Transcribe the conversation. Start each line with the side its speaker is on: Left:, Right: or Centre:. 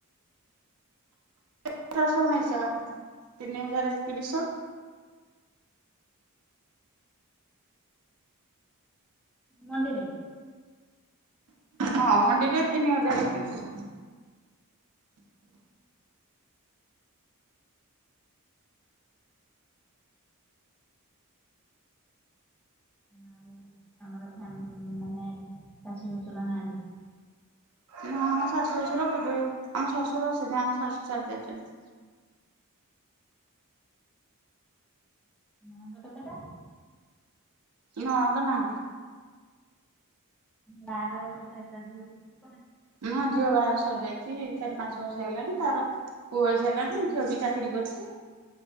Right: ଅଠରଶହ ଉଣେଇଶ ତିନି ହଜାର ଏକତିରିଶଶହ।
Centre: ମଣ୍ଡିରେ।
Right: ହଁ ମଣ୍ଡିରେ ତିନି ହଜାର ଏକତିରିଶ।
Centre: ଆଉ ଆମର ଧାନ୍ ମାନେ ଚାଷୀ ପ୍ରଚୁର ନାହାନ୍ତି।
Right: ନା ଆମ ଶାଶୁ ଶ୍ୱଶୁର କେବେ ଆମ ଶ୍ୱଶୁର ଅଛନ୍ତି ଆମ ଶାଶୁ ଚାଲି ଯାଇଛନ୍ତି।
Centre: ନଣନ୍ଦ କେତେଟା?
Right: ନଣନ୍ଦ ନାହାଁନ୍ତି।
Centre: ବାହାଘର କରି ସାରିଛନ୍ତି ଯେତିକି
Right: ମୋ ଝିଅ ବାହାଘର ସରି ଯାଇଛି। ଚାରି ପାଞ୍ଚ ବର୍ଷ ହେଲାଣି ତାର ପୁଅ ହୋଇସାରିଲାଣି ଝିଅ ବି ଚାକିରୀ କରିଛି।